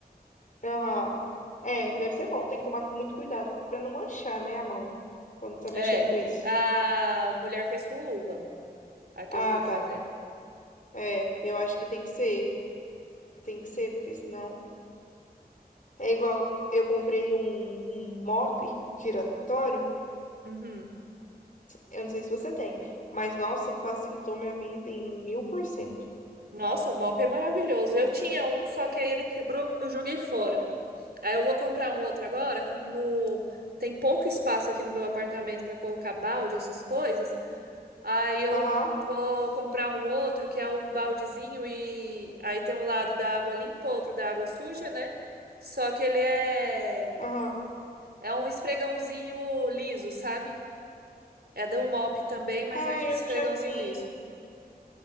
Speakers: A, on the left; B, on the right.
A: Aham. É, deve ser bom. Tem que tomar muito cuidado pra não manchar, né, a mão quando tá mexendo
B: É,
A: com isso.
B: a mulher fez com luva, a que
A: Ah,
B: eu vi
A: tá.
B: fazendo.
A: É, eu acho que tem que ser. Tem que ser, porque senão. É igual eu comprei um, um mop giratório.
B: Uhum.
A: Eu não sei se você tem, mas nossa, facilitou minha vida em mil por cento.
B: Nossa, o mop é maravilhoso. Eu tinha um, só que aí ele quebrou, eu joguei fora. Aí eu vou comprar um outro agora, como tem pouco espaço aqui no meu apartamento para colocar balde, essas coisas. Aí eu
A: Aham,
B: vou comprar um outro que é um baldezinho e aí tem um lado da água limpa, outro da água suja, né? Só que ele é
A: aham.
B: é um esfregãozinho liso, sabe? É da Umop também, mas
A: Ah,
B: é um esfregãozinho
A: eu já vi.
B: liso.